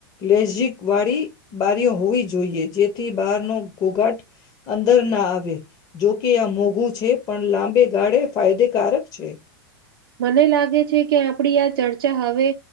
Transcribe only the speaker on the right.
મને લાગે છે કે આપણી આ ચર્ચા હવે